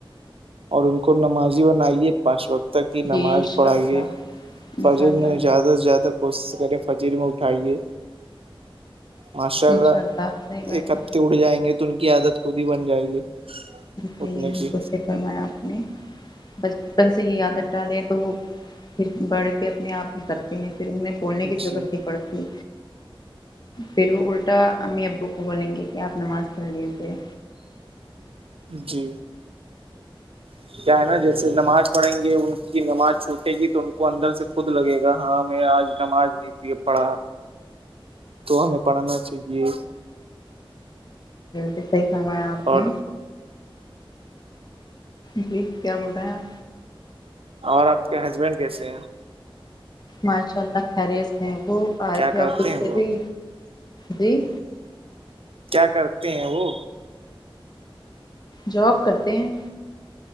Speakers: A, on the right; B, on the left.
A: اور ان کو نمازی بنائیے پانچ وقت تک کی
B: جی
A: نماز
B: انشاء
A: پڑھائیے
B: اللہ انشاء
A: فجل
B: اللہ
A: نے زیادہ سے زیادہ کوشش کرے فجیر میں اٹھائیے ماشاء
B: انشاء
A: اللہ
B: صحیح بات
A: ایک ہفتے
B: ہے
A: اٹھ جائیں گے تو ان کی عادت خود ہی بن جائے گی
B: جییالک
A: اٹھنے کی
B: اور میں آپ نے بچپن سے ہی عادت ڈالیں تو وہ پھر باڑے پہ اپنے آپ ہی کرتے ہیں پھر انہیں بولنے کی ضرورت
A: جی
B: نہیں پڑتی پھر وہ الٹا امی ابو کو بولیں گے کہ آپ نماز پڑھ لیجیے
A: جی کیا ہے نا جیسے نماز پڑھیں گے ان کی نماز چھوٹے گی تو ان کو اندر سے خود لگے گا ہاں میں آج نماز نہیں پ پڑھا تو ہمیں پڑھنا چاہیے
B: جی صحی فمایا آپ
A: اور
B: نے جی کیا بول رہے ہیں آپ
A: اور آپ کے ہسبینڈ کیسے ہیں
B: ماشاء اللہ خریت سےھے وہ آئے
A: کیا
B: تھے
A: کرتے
B: آفس
A: ہیں
B: سے
A: وہ
B: بھی جی
A: کیا کرتے ہیں وہ
B: جاب کرتے ہیں